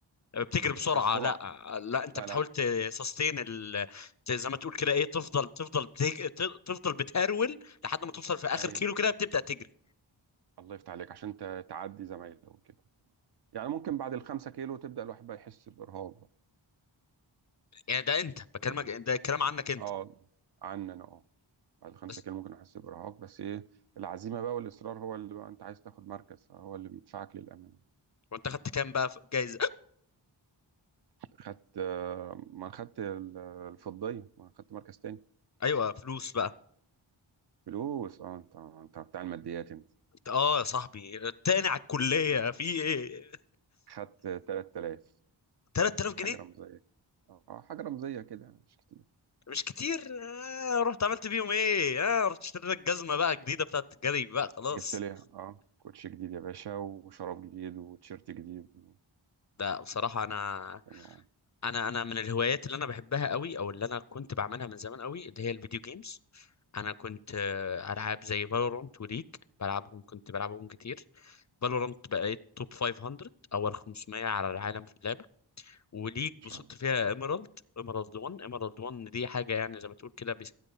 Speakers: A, on the left (about 40°); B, on the right (about 55°).
A: بتجري بسرعه
B: كسرعه
A: لا لا انت
B: لا
A: بتحاول
B: لا
A: تسستين ال... ت- زي ما تقول كده ايه تفضل تفضل بتج... ت- تفضل بتهرول لحد ما توصل في اخر
B: ايوه
A: كيلو كده بتبدا تجري
B: الله يفتح عليك عشان ت- تعدي زمايله وكده يعني ممكن بعد الخمسة كيلو تبدأ الواحد بقى يحس بإرهاق بقى
A: يعني ده انت بكلمك
B: تمام.
A: ده الكلام عنك انت
B: اه عني انا اه بعد الخمسة
A: بس
B: كيلو ممكن احس بإرهاق بس ايه العزيمة بقى والإصرار هو اللي بقى انت عايز تاخد مركز فهو اللي بيدفعك للأمام
A: وانت خدت كام بقى في جايزه
B: خدت آه، ما خدت ال- الفضية ما خدت مركز تاني
A: <laughs> ايوه فلوس بقى
B: فلوس اه انت انت بتاع الماديات انت
A: انت اه يا صاحبي التاني على الكليه في ايه
B: خدت 3000
A: <laughs> 3000 جنيه
B: حاجة رمزية اه حاجة رمزية كده مش كتير
A: مش كتير آه، رحت عملت بيهم ايه اه رحت اشتريت لك جزمه بقى جديده بتاعت الجري بقى خلاص
B: جبت لي اه كوتش جديد يا باشا وشراب جديد وتيشيرت جديد و...
A: لا بصراحة أنا
B: تمام
A: أنا أنا من الهوايات اللي أنا بحبها قوي أو اللي أنا كنت بعملها من زمان قوي اللي هي الفيديو جيمز أنا كنت آه، ألعاب زي فالورانت وليج بلعبهم كنت بلعبهم كتير فالورانت بقيت توب 500 أول 500 على العالم في اللعبة وليج
B: ان شاء
A: وصلت
B: الله
A: فيها ايميرالد ايميرالد 1 ايميرالد 1 دي حاجة يعني زي ما تقول كده بس